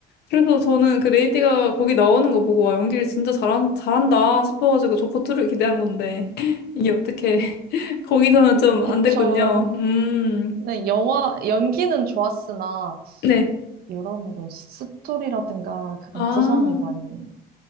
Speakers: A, on the left; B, on the right.
A: 그래서 저는 그 레이디가 거기 나오는 거 보고 와 연기를 진짜 잘한 잘한다 싶어가지고 조커 2를 기대한 건데 <laughs> 이게 어떻게 <laughs> 거기서는 좀
B: 그쵸.
A: 안 됐군요. 음,
B: 근데 영화, 연기는 좋았으나,
A: 네.
B: 여러모로 스토리라든가 그런
A: 아,
B: 구성이 많이